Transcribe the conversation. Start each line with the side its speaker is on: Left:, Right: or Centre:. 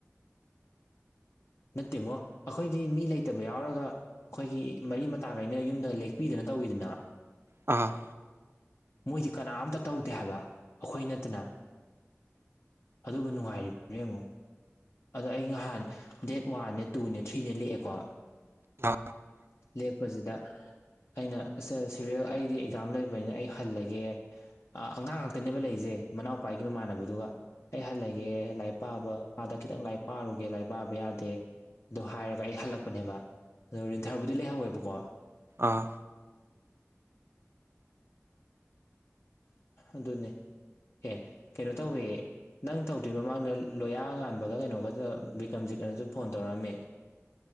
Left: ꯅꯠꯇꯦꯉꯣ ꯑꯩꯈꯣꯏꯗꯤ ꯃꯤ ꯂꯩꯇꯕ ꯌꯥꯎꯔꯒ ꯑꯩꯈꯣꯏꯒꯤ ꯃꯔꯤ ꯃꯇꯥ ꯀꯥꯏꯅ ꯌꯨꯝꯗ ꯂꯦꯛꯄꯤꯗꯅꯠꯇ ꯇꯧꯋꯤꯗꯅ
Right: ꯑ
Left: ꯃꯣꯏꯗꯤ ꯀꯅꯥꯝꯇ ꯇꯧꯗꯦ ꯍꯥꯏꯕ ꯑꯩꯈꯣꯏ ꯅꯠꯇꯅ ꯑꯗꯨꯕꯨ ꯅꯨꯡꯉꯥꯏꯔꯤꯕꯅꯦ ꯌꯦꯡꯉꯣ ꯑꯗꯣ ꯑꯩ ꯅꯍꯥꯟ ꯗꯦꯠ ꯋꯥꯦ ꯇꯨꯅꯦ ꯊ꯭ꯔꯤꯅꯦ ꯂꯦꯛꯑꯦꯀꯣ
Right: ꯑ
Left: ꯌꯦꯛꯄꯁꯤꯗ ꯑꯩꯅ ꯁꯤꯔꯤꯦꯜ ꯑꯩꯗꯤ ꯑꯦꯛꯖꯥꯝ ꯂꯩꯕꯅꯤꯅ ꯑꯩ ꯍꯜꯂꯒꯦ ꯑꯉꯥꯡ ꯉꯥꯛꯇꯅꯦꯕ ꯂꯩꯖꯦ ꯃꯅꯥꯎ ꯄꯥꯏꯈꯤꯕ ꯃꯃꯥꯟꯅꯕꯗꯨꯒ ꯑꯩ ꯍꯜꯂꯒꯦ ꯂꯥꯏꯔꯤꯛ ꯄꯥꯕ ꯈꯤꯇꯪ ꯂꯥꯏꯛ ꯄꯥꯔꯨꯒꯦ ꯂꯥꯏꯔꯤ ꯄꯥꯛꯕ ꯌꯥꯗꯦ ꯑꯗꯨꯣ ꯍꯥꯏꯔꯒ ꯑꯩ ꯍꯜꯂꯛꯄꯅꯦꯕ ꯑꯗꯣ ꯔꯤꯟꯊꯔꯕꯨꯗꯤ ꯂꯩꯍꯧꯋꯦꯕꯀꯣ
Right: ꯑꯥ
Left: ꯑꯗꯨꯅꯦ ꯑꯦ ꯀꯩꯅꯣ ꯇꯧꯋꯦ ꯅꯪ ꯇꯧꯗ꯭ꯔꯤ ꯃꯃꯥꯡꯗ ꯂꯣꯌꯥ ꯉꯥꯟꯕꯒ ꯀꯩꯅꯣꯒ ꯕꯤꯀ꯭ꯔꯝꯖꯤꯠꯅꯅꯁꯨ ꯐꯣꯟ ꯇꯧꯔꯛꯝꯃꯤ